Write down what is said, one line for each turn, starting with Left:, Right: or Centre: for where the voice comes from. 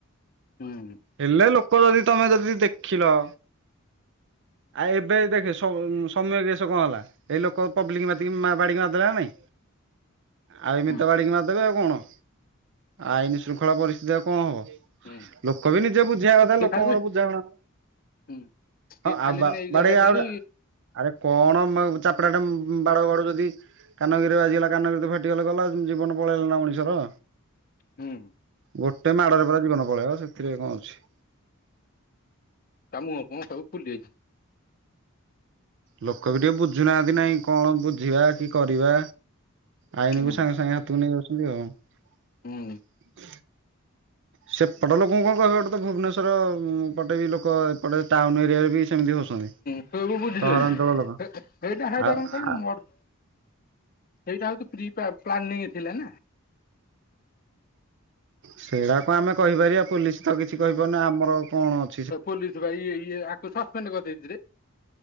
Left: ହୁଁ ହୁଁ
Right: ହେଲେ ଲୋକ ଯଦି ତମେ ଯଦି ଦେଖିଲ ଆୟେ ଏବେ ଦେଖେ ସମ୍ ସମୟ କେସ କଣ ହେଲା। ଏଇ ଲୋକ ପବ୍ଲିକ ମାତିି ବାଡିକି ମାରଦେବା ନାଇଁ। ଆଉ ଏମିିତ
Left: ହୁଁ
Right: ବାଡ଼ିକି ମାରି ଦେବେ ଆଉ କଣ। ଆଇନ ଶୃଙ୍ଖଳା ପରିସ୍ଥିତିରେ କଣ ହବ।
Left: ହୁଁ
Right: ଲୋକ ବି ନିଜେ ବୁଝିବା କଥା
Left: ସେ
Right: ଲୋକଙ୍କର
Left: ଖାଲି
Right: ବୁଝା ଗଣା
Left: ହୁଁ ସିଏ
Right: ହଁ
Left: ଖାଲି
Right: ଆ
Left: ନେଇଗଲା
Right: ବାଡ଼େଇ
Left: ବୋଲି
Right: ଆଉ ର ଆରେ କଣ ଚାପଟା ଟା ବାଡ ବାଡ଼ାଉ ଯଦି କାନଗିରିରେ ଆଜିଗଲା କାନଗିରି ତ ଫାଟିଗଲେ ଗଲା ଜୀବନ ପଳେଇଲା ନା ମଣିଷର।
Left: ହୁଁ।
Right: ଗୋଟେ ମାଡରେ ପୁରା ଜୀବନ ପଳେଇବା ସେଥିରେ କଣ ଅଛି।
Left: ତ ମୁୁୁଁହ ଫୁହଁ ସବୁ ଫୁଲି ଯାଇଛି।
Right: ଲୋକ ବି ଟିକେ ବୁଝୁନାହାନ୍ତି ନାଇଁ କଣ ବୁଝିବା କି କରିବା। ଆଇନୀକୁ
Left: ହୁଁ
Right: ସାଙ୍ଗେ ସାଙ୍ଗେ ହାତକୁ ନେଇ ଯାଉଛନ୍ତି ଆଉ।
Left: ହୁଁ
Right: ସେପଟ ଲୋକଙ୍କୁ କଣ କହିବ ଗଟେ ତ ଭୁବନେଶ୍ବର ପଟେ ବି ଲୋକ ଏପଟେ ଟାଉନ ଏରିଆରେ ବି ସେମିତି ହଉଛନ୍ତି।
Left: ସେବ ବୁଝିିଲଲି
Right: ସହରାଞ୍ଚଳ ଲୋକ
Left: ସେଇଟା ସେଇଟା
Right: ଆଉ
Left: କଣ କିଲୁ
Right: ଆ
Left: ମୋର ସେଇଟା ହଉଛି ପ୍ରି ପ୍ଲା ପ୍ଲାନିଙ୍ଗ ନେଇ ଥିଲା ନା।
Right: ସେଇଡାକୁ ଆମେ କହିପାରିବା ପୋଲିସ ତ କିଛି କହିପାରୁନି ଆମର କଣ ଅ
Left: ପୋଲିସ ବା ଇ ଇଏ ଆକୁ ସସ୍ପେଣ୍ଡ କରିଦେଇଛିରେ।